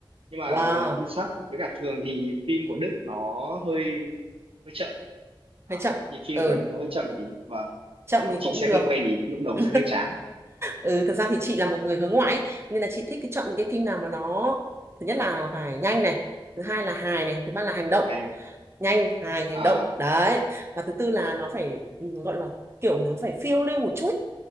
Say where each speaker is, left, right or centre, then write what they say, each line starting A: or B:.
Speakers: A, on the right; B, on the right.
A: nhưng mà
B: Wow,
A: nó có nhịp sắt với cả thường thì phim của Đức nó hơi hơi chậm à,
B: hay chậm.
A: nhịp phim
B: Ừ,
A: của Đức nó hơi chậm một tí và
B: chậm
A: nếu mà
B: thì
A: chị
B: cũng
A: xem
B: được.
A: không quen thì lúc đầu
B: <laughs>
A: sẽ hơi chán
B: ừ, thật ra thì chị là một người hướng ngoại ấy, nên là chị thích cái chọn những cái phim nào mà nó thứ nhất là phải nhanh này, thứ hai là hài này, thứ ba là hành động.
A: nhanh
B: nhanh hài hành
A: à
B: động đấy và thứ tư là nó phải ừ, gọi là kiểu nó phải phiêu lưu một chút